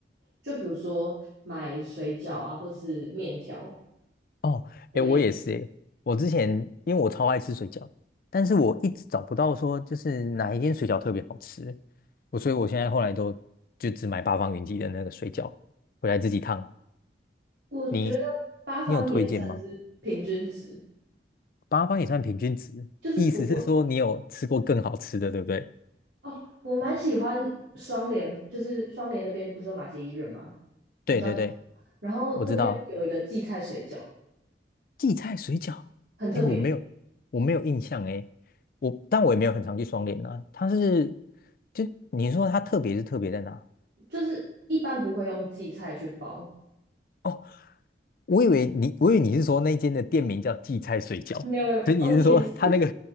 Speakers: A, on the right (about 80°); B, on the left (about 50°).
A: 就比如说买水饺啊，或是面条
B: 哦？
A: 的那一种，
B: 哎，我也是哎，我之前因为我超爱吃水饺，但是我一直找不到说就是哪一间水饺特别好吃，我所以我现在后来都就只买八方云集的那个水饺回来自己烫。
A: 我觉得八方也算是平均值，
B: 你你有推荐吗？八方也算平均值，
A: 就是不会
B: 意思是说你有吃过更好吃的，对不对？
A: 哦。我蛮喜欢双联，就是双联那边不是有马偕医院吗？
B: 对对对，
A: 我不知道然后那边有一个荠菜水饺，
B: 我知道荠菜水饺，
A: 很特别，
B: 哎，我没有，我没有印象哎，我但我也没有很常去双连啊。它是，就你说它特别是特别在哪？
A: 就是一般不会用荠菜去包，
B: 哦，我以为你，我以为你是说那间的店名叫荠菜水饺，
A: 没有没有没有哦，
B: 所以你是说它那个，
A: 也是